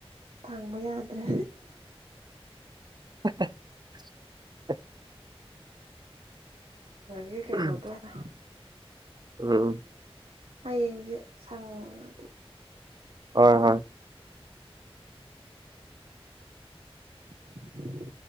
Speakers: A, on the right; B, on the right.
A: ꯊꯥꯡꯕ ꯌꯥꯗ꯭ꯔꯦ
B: <unintelligible>
A: ꯍꯦ ꯀꯅꯗꯅ
B: ꯎꯝ ꯎꯝ
A: ꯍꯌꯦꯡꯁꯦ ꯁꯪꯉꯗꯤ
B: ꯍꯣꯏ ꯍꯣꯏ
A: <unintelligible>